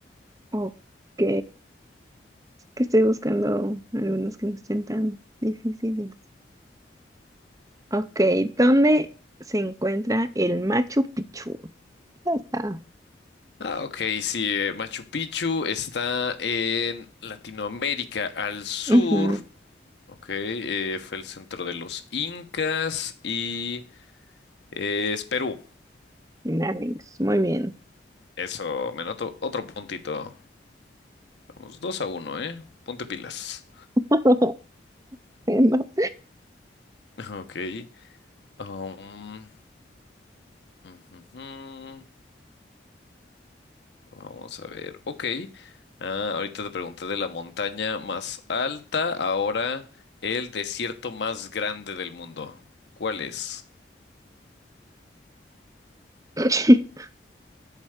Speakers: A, on the right (about 20°); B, on the left (about 70°).
A: ok. que estoy buscando algunos que no estén tan difíciles. Ok, ¿dónde se encuentra el Machu Picchu? Ahí está.
B: Ah, ok, sí, eh, Machu Picchu está en Latinoamérica al sur.
A: Ujú,
B: Ok, eh, fue el centro de los incas y eh, es Perú.
A: Nice, muy bien.
B: Eso, me noto otro puntito. Vamos, 2 a uno, ¿eh? Ponte pilas.
A: <laughs> No.
B: <laughs> Ok. Um, ujujú, Vamos a ver. Ok. Ah, ahorita te pregunté de la montaña más alta. Ahora el desierto más grande del mundo. ¿Cuál es?
A: <laughs>